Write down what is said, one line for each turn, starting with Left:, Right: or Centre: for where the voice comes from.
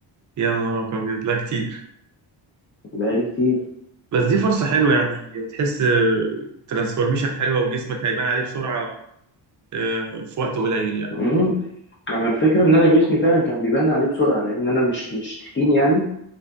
Right: يا نهار أبيض لا كتير
Left: بقالي كتير
Right: بس دي فرصة حلوة يعني تحس ترانسفورميشن حلوة وجسمك هيبان عليه بسرعة آه، في وقت قليل يعني
Left: امم انا الفكره ان انا جسمي فعلا كان بيبان عليه بسرعه لان انا مش مش تخين يعني